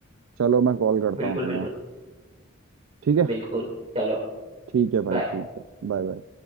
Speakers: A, on the right (about 75°); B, on the right (about 35°).
A: चलो मैं कॉल करता
B: बिल्कुल
A: हूँ तुम्हें
B: बिल्कुल
A: ठीक है
B: बिल्कुल चलो
A: ठीक है
B: बाय
A: भाई ठीक है Bye bye